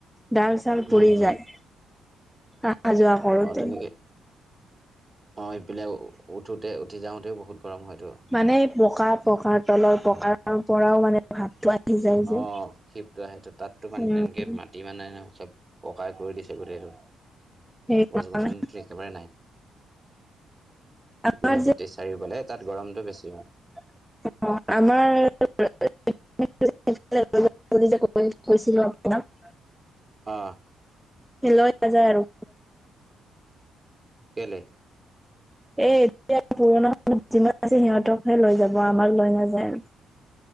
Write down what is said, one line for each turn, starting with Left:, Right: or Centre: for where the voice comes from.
Centre: তাৰি,। ছাল
Right: উম
Centre: জ্বলি
Right: হুম
Centre: যায়। অহা যোৱা কৰোতে।
Right: অঁ তেনেকৈ অঁ ইফালে উঠোতে উঠি যাওঁতেও বহুত গৰম হয়তো
Centre: মানে পকা পকাৰ তলৰ পকাৰ পৰাও মানে প্ৰ ভাৱটো আহি যায়,। যে
Right: অ, শিপটো আহেটো তাতো মানে
Centre: উম।
Right: তেনেকে মাটি মানে চব। পকাই কৰি দিছে গোটেইটো
Centre: সেইকাৰণে
Right: গছ গছনিটো একেবাৰেই নাই
Centre: আমাৰ
Right: ইপিনে গোটেই চাৰিও ফালে তাত গৰমটো বেছি হয়,।
Centre: অ আমাৰ কৈছিলো আপোনাক
Right: অ
Centre: হ লৈ নাযায় আৰু।
Right: কেলে'।
Centre: এ এতিয়া পুৰণা যিমান আছে সিহঁতকহে লৈ যাব আমাক লৈ নাযায় আৰু